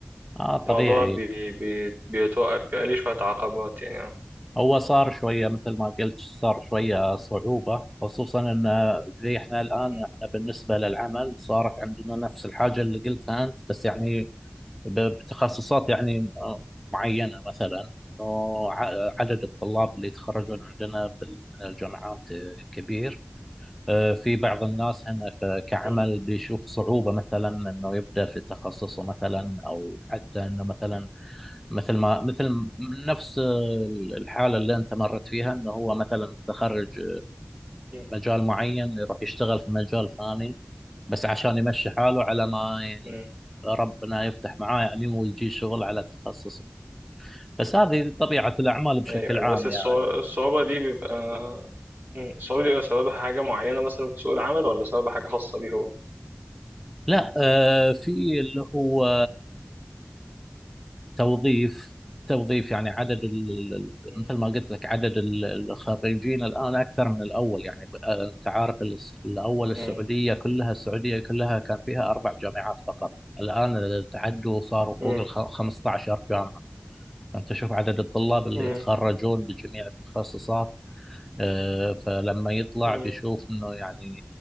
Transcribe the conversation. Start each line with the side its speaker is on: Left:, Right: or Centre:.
Centre: آه طبيعي
Right: الموضوع بي بي بيتوقع بيبقى ليه شوية عقبات يعني اه.
Centre: هو صار شوية مثل ما قلت صار شوية صعوبة خصوصا ان زي احنا الان
Right: م-
Centre: احنا بالنسبة للعمل صارت عندنا نفس الحاجة اللي قلتها انت بس يعني ب- بتخصصات يعني آه، معينة مثلا انه ع- عدد الطلاب اللي يتخرجون عندنا بال- من الجامعات آه، كبير اه، في بعض الناس هنا ف- كعمل
Right: م-
Centre: بيشوف صعوبة مثلا انه يبدأ في تخصصه مثلا او حتى انه مثلا مثل ما مثل نفس الحالة اللي أنت مرت فيها إنه هو مثلا متخرج
Right: م-
Centre: مجال معين يروح يشتغل في مجال ثاني بس عشان يمشي حاله على ما ي-
Right: م-
Centre: ربنا يفتح معاه يعني ويجي شغل على تخصصه بس هذه طبيعة الأعمال بشكل
Right: ايوه
Centre: عام
Right: بس الصع-
Centre: يعني
Right: الصعوبة دي بيبقى مم. الصعوبة دي بيبقى سببها حاجة معينة مثلا في سوق العمل ولا سببها حاجة خاصة بيه هو؟
Centre: لا آه، في اللي هو توظيف توظيف يعني عدد ال- ال-
Right: مم.
Centre: مثل ما قلت لك عدد ال- الخريجين الآن أكثر من الأول يعني ب- آه، أنت عارف الس- الأول السعودية
Right: مم.
Centre: كلها السعودية كلها كان فيها أربع جامعات فقط الآن تعدوا صاروا
Right: مم.
Centre: فوق ال 15 جامعة أنت شوف عدد الطلاب اللي
Right: مم.
Centre: يتخرجون بجميع التخصصات آه، فلما يطلع
Right: مم.
Centre: بيشوف انه يعني